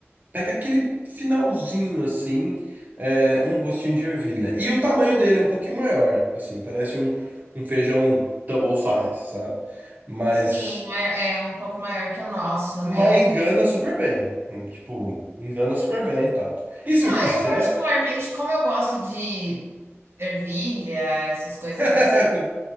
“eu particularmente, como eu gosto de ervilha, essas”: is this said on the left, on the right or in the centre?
Right